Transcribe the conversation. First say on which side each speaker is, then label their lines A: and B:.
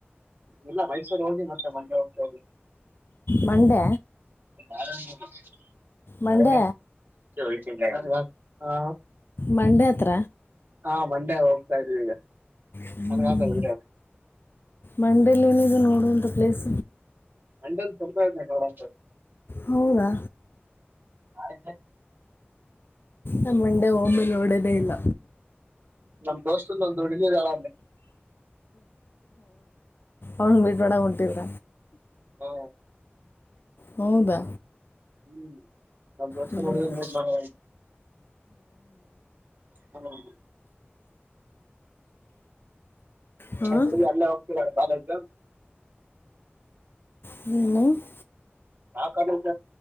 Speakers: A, on the right; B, on the left.
A: ಇಲ್ಲ ಮೈಸೂರು ಹೋಗಿ ಮತ್ತೆ ಮಂಡ್ಯ ಹೋಗ್ತಾ ಇದಿವಿ
B: ಮಂಡ್ಯ
A: ಬಾರ <inaudible>
B: ಮಂಡ್ಯ
A: ಹ್ಮ್ ಬ ಚ <inaudible> ಹಾ.
B: ಮಂಡೆ ಹತ್ರ
A: ಹಾ ಮಂಡೆ ಇದ್ದೀರಿ ಈಗ
B: ಹ್ಮ್
A: ನನ್ಗ ಹಾಕೋದು ವಿಡಿಯೋ
B: ಮಂಡಲ್ಲಿ ಏನ ನೋ. ಅದಂತ ಪ್ಲೇಸ್
A: ಲಂಡನ್ ತಂಬರ ಸರ್
B: ಹೌದಾ
A: ಅ <inaudible>
B: ನಮ್ಮಂಡೆ ಹೋಮ್ಮ ನೋಡದೇ ಇಲ್ಲ
A: ನಮ್ ದೋಸ್ತ ನಂದು ಹುಡುಗಿ ದಾಳ
B: ಅವನ್ ಬಿಟ್ ಮಾಡಡ ಹೊಟ್ಟಿದ್ರ
A: ಹಾ
B: ಹೌದಾ.
A: ಹ್ಮ್. ನ
B: ಹ್ಞೂ
A: ಮಾಡ ಹ್ಮ
B: ಹಾಂ
A: ಅ ಅಲ್ಲೇ ಹೋಗ್ತರ ಬ
B: ಹ <inaudible>
A: ಯಾ ಕಾಲೇಜ್